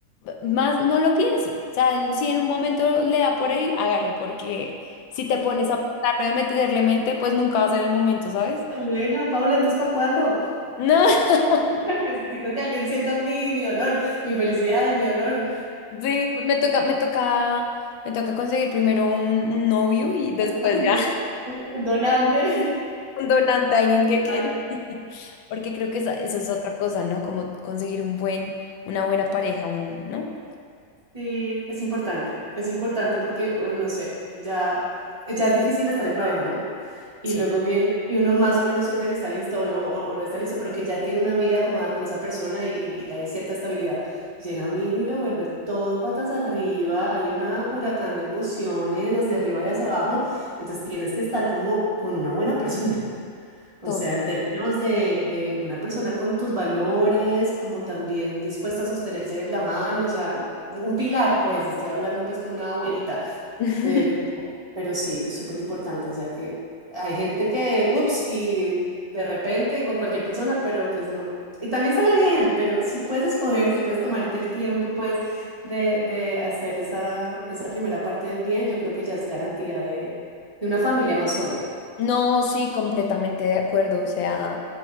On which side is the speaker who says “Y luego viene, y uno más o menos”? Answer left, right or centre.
Right